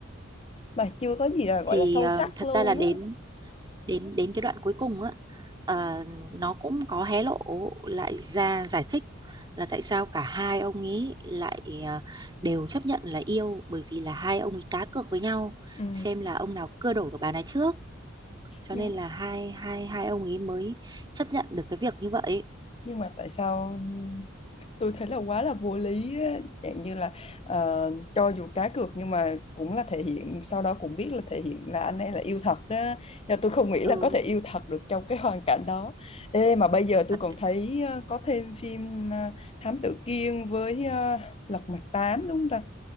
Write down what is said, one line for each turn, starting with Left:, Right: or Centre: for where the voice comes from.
Left: mà chưa có gì là gọi
Right: thì
Left: là sâu
Right: ờ,
Left: sắc
Right: thật
Left: luôn
Right: ra là đến
Left: á
Right: đến đến cái đoạn cuối cùng á ờ, nó cũng có hé lộ lại ra giải thích là tại sao cả hai ông ấy lại ờ, đều chấp nhận là yêu bởi vì là hai ông ấy cá cược với nhau
Left: ừ.
Right: xem là ông nào cưa đổ được bà này trước cho
Left: nhưng
Right: nên là hai hai hai ông ấy mới chấp nhận được cái việc như vậy
Left: nhưng mà tại sao tôi thấy là quá là vô lý á. dạng như là ờ, cho dù cá cược nhưng mà cũng là thể hiện sau đó cũng biết là thể hiện là anh ấy là yêu thật á nhưng tôi không nghĩ
Right: ừ
Left: là có thể yêu thật được trong cái hoàn cảnh đó Ê mà bây giờ tôi
Right: thật.
Left: còn thấy ờ, có thêm phim ờ, Thám Tử Kiên với ờ, Lật Mặt Tám đúng không ta